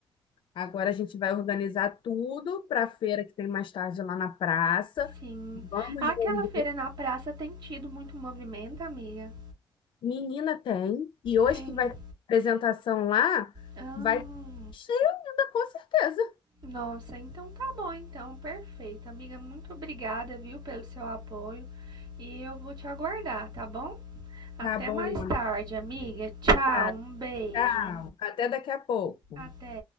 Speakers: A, on the left; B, on the right.
A: agora a gente vai organizar tudo para a feira que tem mais tarde lá na praça.
B: Sim.
A: Vamos
B: Aquela
A: vender.
B: feira na praça tem tido muito movimento, amiga?
A: Menina tem. E hoje
B: Tem.
A: que vai ter apresentação lá,
B: Ah,
A: vai cheio ainda, com certeza.
B: nossa, então tá bom, então. Perfeito. Amiga, muito obrigada, viu, pelo seu apoio. E eu vou te aguardar, tá bom? Até
A: Tá bom,
B: mais
A: amiga.
B: tarde, amiga. Tchau,
A: Tá,
B: um beijo.
A: tchau. Até daqui a pouco.
B: Até.